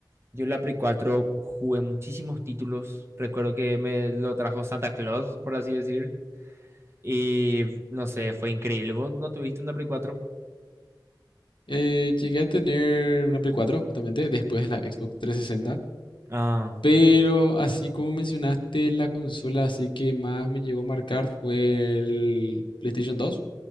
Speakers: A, on the right; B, on the left.
A: yo en la Play 4 jugué muchísimos títulos. Recuerdo que me lo trajo Santa Claus, por así decir. Y no sé, fue increíble. ¿Vos no tuviste una Play 4?
B: Eh, llegué a tener una Play 4, justamente, después de la Xbox 360.
A: Ah,
B: Pero así como mencionaste, la consola así que más me llegó a marcar fue el PlayStation 2.